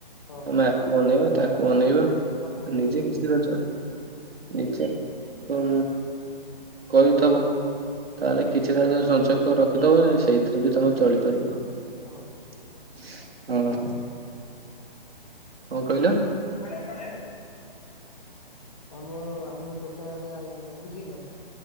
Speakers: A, on the left; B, on the right.
A: ହଁ
B: ତମେ
A: ହଁ।
B: ଆକୁ ଅନେଇବ ତାକୁ ଅନେଇବ
A: ହାତ ପତେଇବାକୁ
B: ନିଜେ କିଛି
A: ପଡିବ
B: ରୋଜ ନିଜେ କ କରିଥବ ତାହେଲେ କିଛି ରାଜ୍ୟରେ ସଞ୍ଚୟ କ ର କି ତମେ ସେଇଥିରେ ବି ତମେ ଚଳିପାରିବ।
A: ହଁ।
B: ହଁ। କଣ କହିଲ?
A: <unintelligible> ଆମ ଆମ ଟୋକା ଏବେ ଆଇଲେ ବୁଝିଲ।